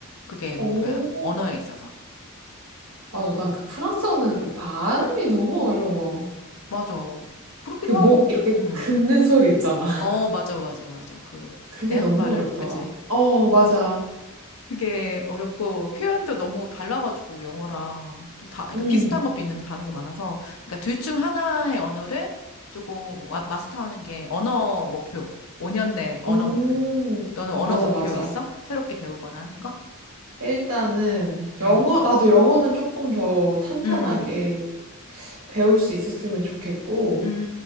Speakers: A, on the left; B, on the right.
A: 그게 목표야.
B: 오,
A: 언어에 있어서.
B: 맞아. 난 그 프랑스어는 그 발음이 너무 어려워.
A: 맞아. 그렇기도
B: 그 목
A: 하고,
B: 이렇게
A: 음.
B: 긁는 소리 있잖아. <laughs>
A: 어, 맞아, 맞아, 맞아. 그,
B: 그게
A: 에흐
B: 너무
A: 발음,
B: 어렵더라.
A: 그지?
B: 어, 맞아.
A: 그게 어렵고, 표현도 너무 달라가지고, 영어랑. 또 다, 그러니까
B: 음,
A: 비슷한 것도 있는데 다른 게 많아서. 그러니까 둘 중 하나의 언어를 조금 와- 마스터하는 게 언어 목표. 5년 내 언어
B: 음,
A: 목표. 너는 언어
B: 맞아,
A: 목표
B: 맞아.
A: 있어? 새롭게 배우거나 하는 거?
B: 일단은 영어,
A: 음,
B: 나도 영어는 조금 더 탄탄하게
A: 음,
B: 배울 수 있었으면 좋겠고,
A: 음,